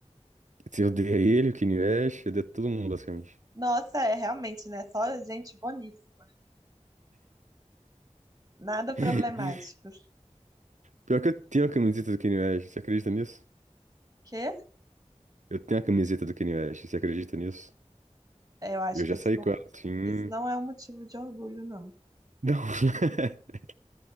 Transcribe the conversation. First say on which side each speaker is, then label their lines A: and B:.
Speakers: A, on the right; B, on the right.
A: Se eu odeia ele, o Kanye West, eu odeio todo mundo, basicamente.
B: Nossa, é realmente, né? Só gente boníssima. Nada problemático.
A: <laughs> Pior que eu tenho a camiseta do Kanye West. Você acredita nisso?
B: Que?
A: Eu tenho a camiseta do Kanye West, você acredita nisso?
B: Eu acho
A: Eu
B: que
A: já
B: isso
A: saí
B: não,
A: com ela assim.
B: isso não é um motivo de orgulho, não.
A: Não. <laughs>